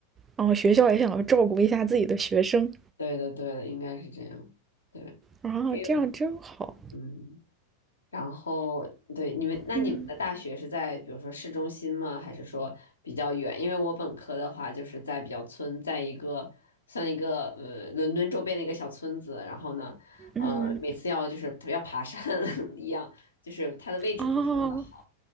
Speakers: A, on the right (about 20°); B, on the left (about 75°).
A: 哦，学校也想要照顾一下自己的学生
B: 对的，对的，应该是这样。对，
A: 啊，
B: 因为
A: 这样真好。
B: 嗯。然后，对，你们，那你们的大学是在比如说市中心吗？
A: 嗯
B: 还是说比较远？因为我本科的话就是在比较村，在一个算一个呃伦敦周边的一个小村子。然后呢，
A: 嗯，
B: 呃，每次要就是要爬山 <laughs> 一样，就是它的位置不是那么的好。
A: 啊。